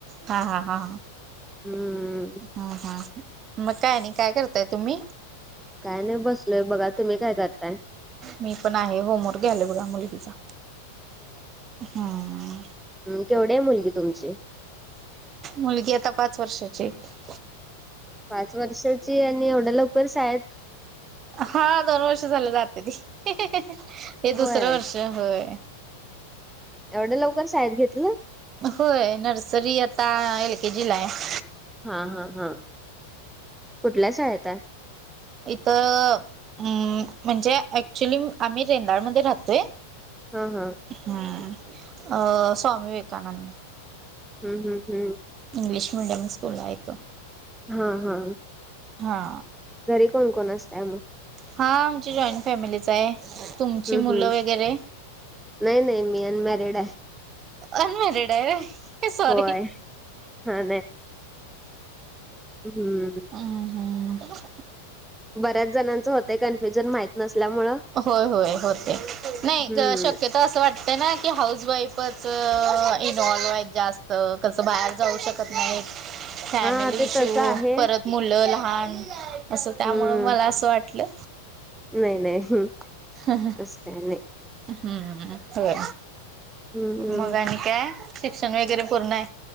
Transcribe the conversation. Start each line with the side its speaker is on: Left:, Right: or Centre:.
Right: हा, हा, हा, ह
Centre: हम्म.
Right: ह हा मग काय नाही काय करताय तुम्ही?
Centre: काय नाही बसलोय बघा तुम्ही काय करताय?
Right: मी पण आहे होमवर्क घ्यालोय बघा मुली तिचा हम्म
Centre: ह केवढी आहे मुलगी तुमची?
Right: मुलगी आता पाच वर्षाची आहे
Centre: पाच वर्षाची आणि एवढ्या लवकरच शाळेत
Right: हा दोन वर्ष झालं जाते ती हे
Centre: होय
Right: दुसरं वर्ष होय
Centre: एवढं लवकर शाळेत घेतलं
Right: होय नर्सरी आता एल के जी ला आहे.
Centre: हा हा हा कुठल्या शाळेत आहे
Right: इथ... अम् म्हणजे ऍक्च्युली आम्ही रेंदाळमध्ये राहतोय
Centre: हा हा
Right: हम्म अ स्वामी विवेकानंद
Centre: हम् हम हम्
Right: इंग्लिश मेडियम स्कूल हाय तो
Centre: हा हा
Right: हा
Centre: घरी कोण कोण असतय? मग
Right: हा आमची जॉईंट फॅमिलीच आहे तुमची
Centre: हम्म
Right: मुलं
Centre: हम्म
Right: वगैरे
Centre: नाही नाही मी अनमॅरिड आहे.
Right: अनमॅरीड आहे सॉरी
Centre: होय हा हम् हम
Right: हम् हम् <unintelligible>
Centre: बऱ्याच जणांचं होतय कन्फ्युजन माहित नसल्यामुळं
Right: होय होय होतय नाही
Centre: हम्म
Right: शक्यतो असं वाटत ना की हाऊस वाईफच इन्वॉल्व्ह आहेत जास्त कसं बाहेर जाऊ शकत नाहीत. <inaudible> फॅमिली
Centre: हा ते
Right: इशू
Centre: तसं आहे
Right: परत मुलं लहान असं त्यामुळं
Centre: हम्म
Right: मला असं वाटलं
Centre: नाही नाही
Right: हां हां
Centre: असं काय नाही
Right: हम्म होय
Centre: हम्म हम्म
Right: मग आणि.... काय शिक्षण वगैरे पूर्ण आहे